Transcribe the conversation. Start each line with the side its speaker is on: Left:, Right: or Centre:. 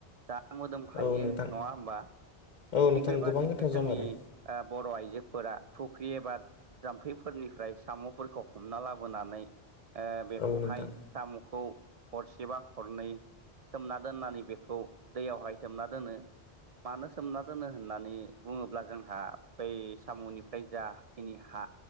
Right: जा मोदोमखायो
Left: औ नोंथां
Right: नङा होमबा।
Left: औ
Right: थिग
Left: नोंथां
Right: बे बादिनो
Left: गोबां गोथाव
Right: जोंनि
Left: जामारो
Right: बर' आइजोफोरा फुख्रि एबा जाम्फैफोरनिफ्राय साम'फोरखौ हमना लाबोनानै बेखौहाय
Left: औ नोंथां
Right: साम'खौ हरसेबा हरनै सोमना दोननानै बेखौ दैयावहाय सोमना दोनो। मानो सोमना दोन दोनो होननानै बुङोब्ला जोंहा बै साम'निफ्राय जाखिनि हा